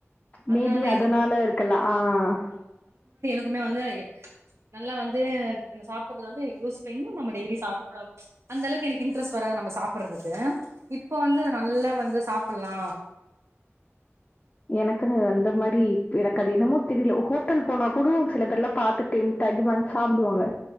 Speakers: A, on the left; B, on the right.
A: மேபி
B: அதனாலதா
A: அதனால
B: எனக்கு ப
A: இருகலா ஆஹ்
B: எதுக்குமே வந்து நல்லா வந் அத என் சாப்றது வந்து யோசிபன்ன நம டெய்லி அந்த அளவுக்கு எனக்கு இன்ட்ரெஸ்ட் வராது நம்ம சாப்றதுக்கு இப்ப வந்து நல்லா வந்து சாப் சாபுடலா
A: எனக்கு அந்த மாரி எனக்கு அது என்னமோ தெரியல ஹோட்டல் போனா கூட சில பேர் எல்லாம் பாத்து டெம்ட் ஆகி வாங்கி சாப்டுவாங்க